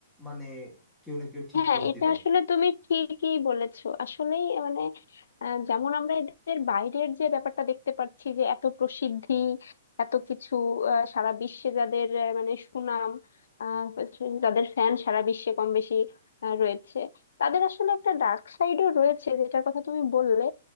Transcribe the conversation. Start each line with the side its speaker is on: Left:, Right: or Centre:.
Centre: মানে কেউ না কেউ ঠিক
Left: হ্যাঁ
Centre: করে
Left: এটা
Centre: দিবে
Left: আসলে তুমি ঠিকই বলেছো আসলেই মানে আহ, যেমন আমরা এদের বাইরের যে ব্যাপারটা দেখতে পাচ্ছি যে এত প্রসিদ্ধি এত কিছু আহ, সারা বিশ্বে যাদের আহ, মানে সুনাম আহ, যাদের ফ্যান সারা বিশ্বে কম বেশি আহ, রয়েছে তাদের আসলে একটা ডার্ক সাইডও রয়েছে যেটার কথা তুমি বললে